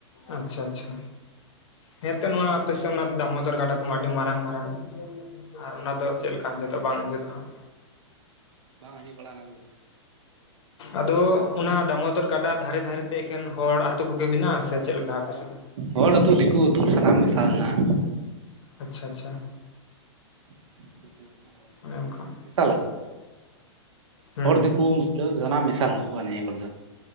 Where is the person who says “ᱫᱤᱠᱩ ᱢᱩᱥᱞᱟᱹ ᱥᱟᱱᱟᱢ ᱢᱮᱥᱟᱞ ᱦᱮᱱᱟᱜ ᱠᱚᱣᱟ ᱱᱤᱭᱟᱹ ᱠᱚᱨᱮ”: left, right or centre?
Right